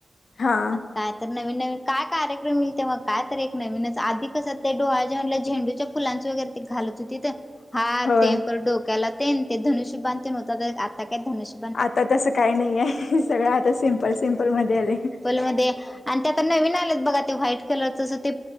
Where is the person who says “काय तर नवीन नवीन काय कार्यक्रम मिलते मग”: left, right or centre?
Left